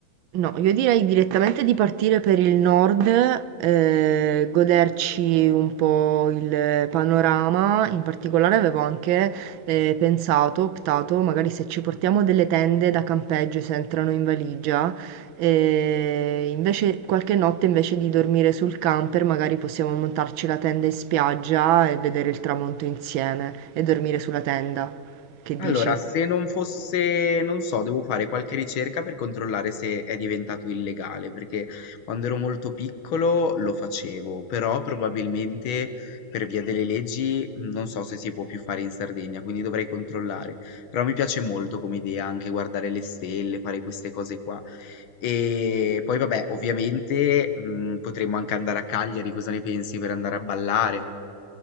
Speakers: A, on the right (about 75°); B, on the left (about 80°).
A: No, io direi direttamente di partire per il nord, eh, goderci un po' il panorama. In particolare avevo anche eh, pensato, optato, magari se ci portiamo delle tende da campeggio se entrano in valigia, eh, invece qualche notte invece di dormire sul camper, magari possiamo montarci la tenda in spiaggia e vedere il tramonto insieme e dormire sulla tenda. Che dici?
B: Allora, se non fosse, non so, devo fare qualche ricerca per controllare se è diventato illegale, perché quando ero molto piccolo lo facevo, però probabilmente per via delle leggi mh, non so se si può più fare in Sardegna, quindi dovrei controllare. Però mi piace molto come idea anche guardare le stelle, fare queste cose qua. E poi vabbè, ovviamente mh, potremmo anche andare a Cagliari, cosa ne pensi per andare a ballare?